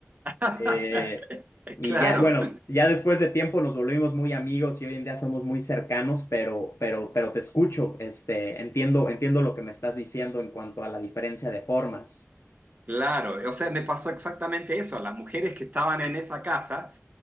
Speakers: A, on the right; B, on the left.
A: <laughs>
B: Eh, y
A: Claro,
B: ya, bueno, ya después de tiempo nos volvimos muy amigos y hoy en día somos muy cercanos, pero, pero, pero te escucho, este, entiendo, entiendo lo que me estás diciendo en cuanto a la diferencia de formas.
A: claro. O sea, me pasó exactamente eso. A las mujeres que estaban en esa casa,